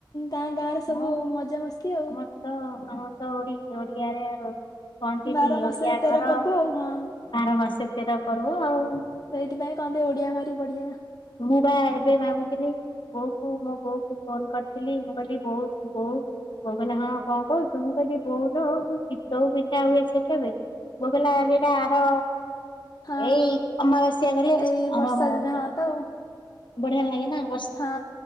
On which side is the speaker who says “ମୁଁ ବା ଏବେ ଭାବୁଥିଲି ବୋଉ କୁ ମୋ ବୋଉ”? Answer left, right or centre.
Left